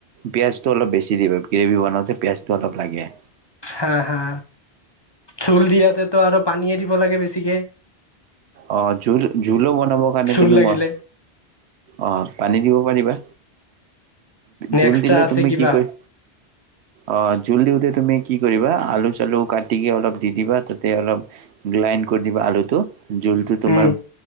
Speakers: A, on the right; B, on the left.
A: পিয়াঁজটো অলপ বেছি দিব গ্ৰেভি বনাওঁতে পিয়াঁজটো অলপ লাগে
B: হা হা জোল দিয়াতে আৰু পানীয়ে দিব লাগে বেছি থিকে
A: অঁ জোলো জোলো বনাবৰ কাৰণে
B: চোল
A: তুমি
B: লাগিলে
A: মন অঁ পানী দিব পাৰিবা
B: নে
A: জোল
B: এক্সট্ৰা
A: দিলে
B: আছে
A: তুমি
B: কিবা
A: কি কৰি অ জোল দিওঁতে তুমি কি কৰিবা আলু চালু কাটিকৈ অলপ দি দিবা তাতে অলপ গ্ৰাইণ্ড কৰি দিবা আলুটো জলটো তোমাৰ
B: উম